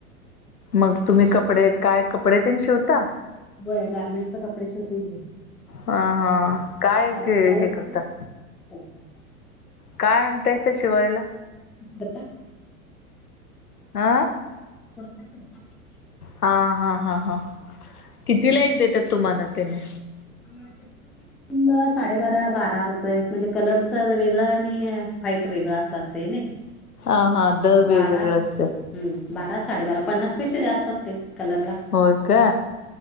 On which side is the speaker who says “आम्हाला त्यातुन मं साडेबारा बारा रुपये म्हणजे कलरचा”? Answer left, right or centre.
Centre